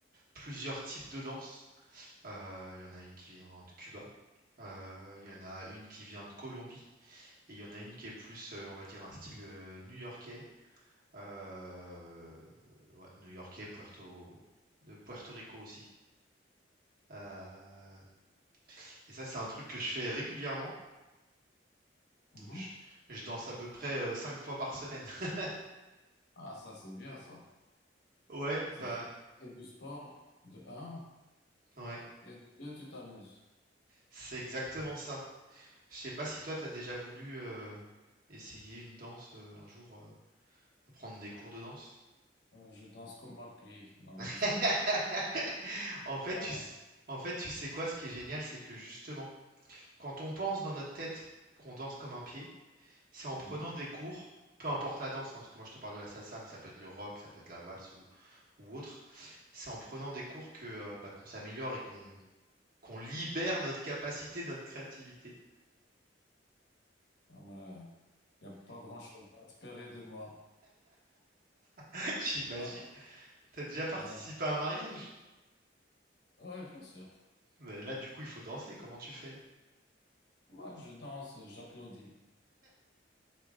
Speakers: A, on the right (about 50°); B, on the left (about 65°).
A: plusieurs types de danse. Euh, Il y en a une qui vient de Cuba. Euh, Il y en a une qui vient de Colombie et il y en a une qui est plus, euh, on va dire, un style euh, new-yorkais Heu, ouais, new-yorkais, Puerto de Puerto Rico aussi. Heu et ça, c'est un truc que je fais régulièrement.
B: Mhm.
A: Je je danse à peu près, heu, 5 fois par semaine. <laughs>
B: Ah, ça, c'est bien, ça.
A: Ouais,
B: Ça
A: bah,
B: fait et du sport, de un,
A: ouais,
B: et de deux, tu t'amuses.
A: c'est exactement ça. Je sais pas si toi, t'as déjà voulu, heu, essayer une danse, heu, un jour, heu, prendre des cours de danse?
B: Euh, Je danse comme un pied. Non, laisse
A: <laughs>
B: tomber.
A: En fait,
B: Ah,
A: tu
B: non.
A: s en fait, tu sais quoi? Ce qui est génial, c'est que justement, quand on pense dans notre tête qu'on danse comme un pied C'est en prenant
B: Mhm.
A: des cours, peu importe la danse, hein, parce que moi je te parle de la salsa, mais ça peut être le rock, ça peut être la valse ou, ou autre. C'est en prenant des cours que euh, bah, qu'on s'améliore et qu'on qu'on libère notre capacité, notre créativité.
B: Ah, mais il n'y a pas grand-chose à espérer de moi.
A: <laughs> J'imagine.
B: Non, non,
A: T'as déjà participé
B: non,
A: à un mariage?
B: Oui, bien sûr.
A: Mais là, du coup, il faut danser. Comment tu fais?
B: Moi, je danse, j'applaudis.